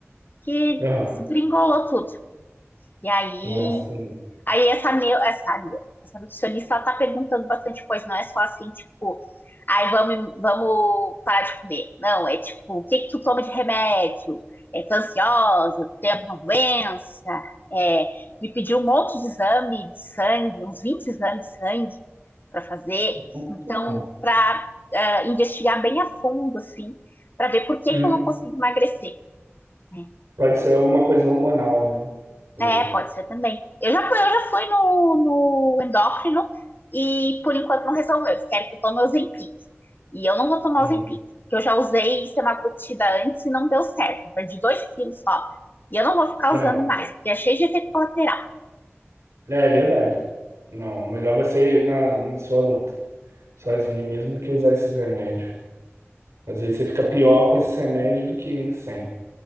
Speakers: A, on the left (about 45°); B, on the right (about 85°).
A: que
B: Aham.
A: desgringolou tudo. E aí,
B: Nossa, tem.
A: aí essa meu, essa, essa nutricionista, ela tá perguntando bastante coisa, não é só assim, tipo, ai, vamos, vamos parar de comer. Não, é tipo, o que que tu toma de remédio? É, tá ansiosa? Tem alguma doença? É, me pediu um monte de exame de sangue, uns 20 exames de sangue para fazer.
B: Hormonal.
A: Então, para uh, investigar bem a fundo, assim, para ver por que,
B: Uhum.
A: que eu não consigo emagrecer. Né?
B: Pode ser alguma coisa hormonal, né? Ou...
A: É, pode ser também. Eu já fui, eu já fui no, no endócrino e por enquanto não resolveu. Eles querem que eu tome Ozempic. E eu não vou tomar
B: Uhum.
A: Ozempic, porque eu já usei semaglutida antes e não deu certo. Eu perdi 2 quilos só. E eu não vou ficar
B: Aham.
A: usando mais, porque é cheio de efeito colateral.
B: É, é verdade. Não, melhor você ir na, na sua luta, sozinha mesmo, do que usar esses remédios. Às vezes você fica pior com esses remédios do que sem.